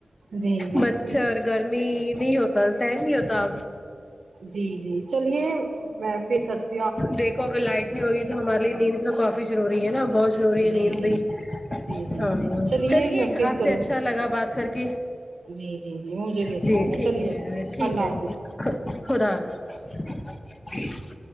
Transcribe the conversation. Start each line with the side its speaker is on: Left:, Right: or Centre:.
Right: جی جی
Left: مچھر
Right: جی
Left: گرمی نہیں
Right: جی
Left: ہوتا سہن نہیں ہوتا
Right: جی جی چلیے میں پھر کر
Left: دیکھو اگر لائٹ نہیں ہوگی تو ہمارے لیے نیند بھی تو کافی ضروری ہے نا بہت ضروری ہے
Right: جی
Left: نیند
Right: جی
Left: بھی
Right: جی جی جی
Left: ہ
Right: جی
Left: چلیے
Right: میں پھر
Left: آپ
Right: کروں
Left: سے اچھا لگا
Right: جی جی
Left: بات کر کے
Right: جی جی جی مجھے بھی اچھا
Left: جی
Right: لگا
Left: ٹھیک
Right: چلیے
Left: ہے ٹھیک
Right: اللہ
Left: ہے
Right: حافظ
Left: جی خداحافظ